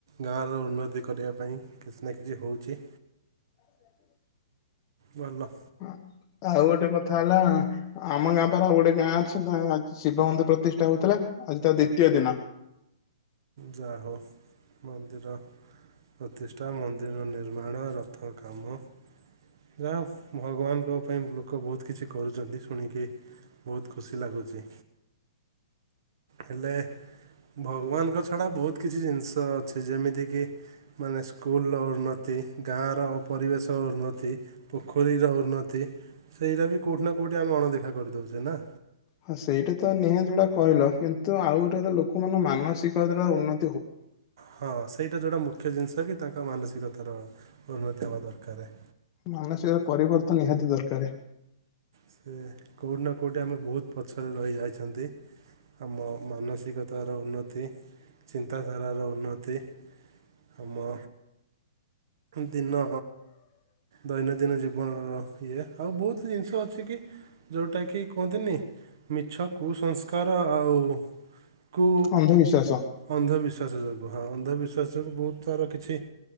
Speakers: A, on the right; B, on the left.
A: ଗାଁର ଉନ୍ନତି କରିବା ପାଇଁ କିଛି ନା କିଛି ହେଉଛି।
B: ଆଜ
A: ଭଲ।
B: ଆ ଆଉ ଗୋଟେ କଥା ହେଲା ଆମ ଗାଁ ପରେ ଗୋଟେ ଗାଁ ଅଛି ତା ଶିବ ମନ୍ଦିର ପ୍ରତିଷ୍ଠା ହଉଥିଲା ଆଜି ତା ଦ୍ଵୀତିୟ ଦିନ।
A: ଯାହାହୋଉ ମନ୍ଦିର ପ୍ରତିଷ୍ଠା ମନ୍ଦିର ନିର୍ମାଣ ରଥ କାମ ଯାହା ଭଗବାନଙ୍କ ପାଇଁ ଲୋକ ବହୁତ କିଛି କରୁଛନ୍ତି ଶୁଣିକି ବହୁତ ଖୁସି ଲାଗୁଛି ହେଲେ ଭଗବାନ ଙ୍କ ଛାଡ଼ ବହୁତ କିଛି ଜିନିଷ ଅଛି ଯେମିତି କିି ମାନେ ସ୍କୁଲର ଉନ୍ନତି ଗାଁର ପରିବେଶ ଉନ୍ନତି। ପୋଖରୀର ଉନ୍ନତି ସେଇଟା ବି କେଉଁଠି ନା କେଉଁଠି ଆମେ ଅଣଦେଖା କରିଦେଉଛେ ନା।
B: ହଁ ସେଇଟା ତ ନିହାତି ଯୋଉଟା କହିଲ କିନ୍ତୁ ଆଉ ଗୋଟେ ଲୋକମାନ ମାନସିକତାଟା ଉନ୍ନ
A: ହଁ ସେଇଟା ଯେଉଁଟା ମୁଖ୍ୟ ଜିନିଷ କି ତାଙ୍କ ମାନସିକତାର ଉନ୍ନତି ହେବା ଦରକାର।
B: ମାନସିକତା ପରିବର୍ତ୍ତନ ନିହାତି ଦରକାର।
A: ସେ କେଉଁଠି ନା କେଉଁଠି ଆମେ ବହୁତ ପଛରେ ରହିଯାଇଛନ୍ତି। ଆମ ମାନସିକତାର ଉନ୍ନତି ଚିନ୍ତାଧାରାର ଉନ୍ନତି ଆମ ଦିନ ଦୈନନ୍ଦିନ ଜୀବନର ଇଏ ଆଉ ବହୁତ ଜିନିଷ ଅଛି କି ଯେଉଁଟାକି କୁହନ୍ତିନି ମିଛ କୁସଂସ୍କାର ଆଉ କୁ
B: ଅନ୍ଧବିଶ୍ୱାସ
A: ଅନ୍ଧବିଶ୍ୱାସ ଯୋଗୁଁ ହଁ ଅନ୍ଧବିଶ୍ୱାସ ଯୋଗୁଁ ବହୁତ ସାର କିଛି